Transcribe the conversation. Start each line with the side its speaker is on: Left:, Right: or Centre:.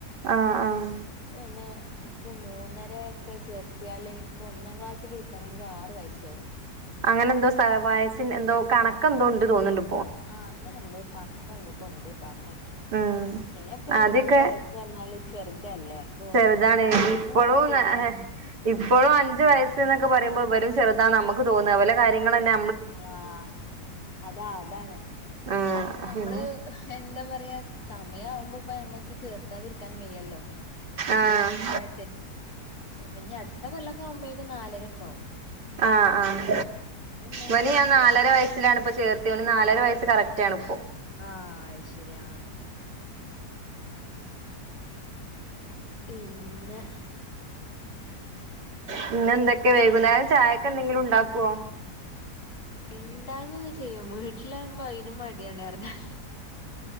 Right: ആഹ് ആഹ്
Left: പിന്നെ ഇപ്പൊ മൂന്നര ഒക്കെ ചേർത്തിയാല് ഇപ്പൊ ഒന്നാം ക്ലാസില് ക്കണങ്കിൽ ആറ്‌ വയസൊ
Right: അങ്ങനെ എന്തോ വയസ്സിന്റെ എന്തോ കണക്കന്തോ ഒണ്ട് തോന്ന്ണ്ട്
Left: ആഹ് അങ്ങനെന്തോ കണക്കന്തൊക്കോണ്ട് പർഞേട്ട്
Right: ഉം
Left: എന്നപ്പൊ ഈ
Right: ആദ്യൊക്കെ
Left: മൂന്നര വയസ്സ് പറഞ്ഞാല് ചെറുതല്ലേ അപ്പൊ
Right: ചെറുതാണ്
Left: ഒന്നും ചെയ്യാനും
Right: പളൂന്ന്ഹെ
Left: ആയിട്ടില്ല
Right: ഇപ്പഴും അന്ജ് വയസ്ന്നക്കെ പറയുമ്പോ വരുംചെറുതാന്ന നമക്ക് തോന്ന വലെ കാര്യങ്ങളെന്നെ
Left: ആഹ് അതാ അതാണ്
Right: ആഹ്
Left: പിന്നെപ്പോ ഞമ്മള് എന്താ പറയാ സമയവുമ്പോപ്പ മ്മക്ക് ചേർത്താതിരിക്കാനും വെയ്യല്ലോ അപ്പൊ
Right: ആഹ്
Left: പിന്നെ അങ്ങനെട്ട് പിന്നെ അടുത്ത കൊല്ലക്കെ ആവുമ്പോഴേക്ക നാലരൊക്കെ ആകും
Right: ആഹ് ആഹ്
Left: പിന്നെ അങ്ങനാട്ട്
Right: വനി ഞാൻ
Left: ചേർത്ത്
Right: നാലര വയസ്സിലാണ്പ്പ ചേർത്യോന് നാലര വയസ്സ് കറക്റ്റ് ആണിപ്പോ
Left: ആഹ് അഹ് ശരിയാ ഇന്നെ
Right: പിന്നെ എന്തൊക്കെ വൈകുന്നേരം ചായൊക്കെന്തെങ്കിലും ഉണ്ടാക്കോ
Left: ഇണ്ടാകൊക്കെ ചെയ്യും വീട്ടിലാഉമ്പോ അയിനും മടിയാണ് ഇറങ്ങാ